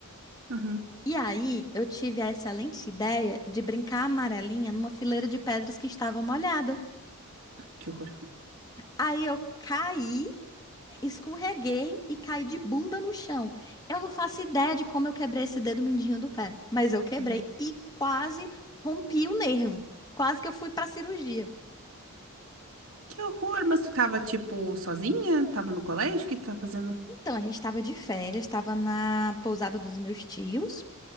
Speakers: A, on the right; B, on the left.
A: Uhum.
B: E aí, eu tive a excelente ideia de brincar a amarelinha numa fileira de pedras que estava molhada.
A: Que horror.
B: Aí eu caí, escorreguei e caí de bunda no chão. Eu não faço ideia de como eu quebrei esse dedo mindinho do pé, mas eu quebrei
A: Uhum.
B: e quase rompi o nervo. Quase que eu fui para cirurgia.
A: Que horror, mas tu tava, tipo, sozinha? Tava no colégio? O que tu tava fazendo?
B: Então, a gente estava de férias, estava na pousada dos meus tios.